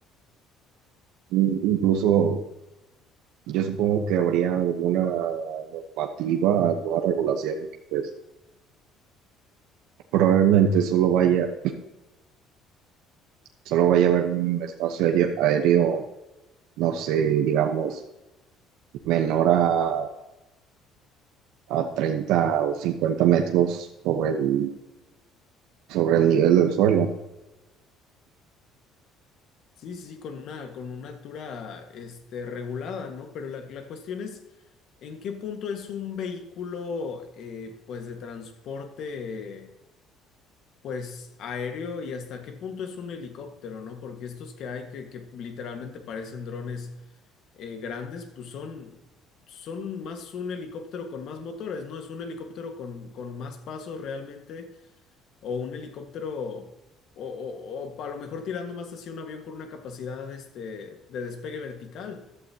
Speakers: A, on the right (about 80°); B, on the left (about 50°).
A: In- Incluso yo supongo que habría alguna normativa, alguna regulación de que pues probablemente solo vaya, solo vaya a haber un espacio aéreo, aéreo, no sé, digamos, menor a, a 30 o 50 metros sobre el, sobre el nivel del suelo.
B: Sí, sí, sí, con una, con una altura, este, regulada, ¿no? Pero la, la cuestión es, ¿en qué punto es un vehículo, eh, pues, de transporte, pues, aéreo y hasta qué punto es un helicóptero, ¿no? Porque estos que hay que, que literalmente parecen drones, eh, grandes, pues son, son más un helicóptero con más motores, ¿no? Es un helicóptero con, con más pasos realmente o un helicóptero, o, o- o a lo mejor tirando más hacia un avión con una capacidad este, de despegue vertical.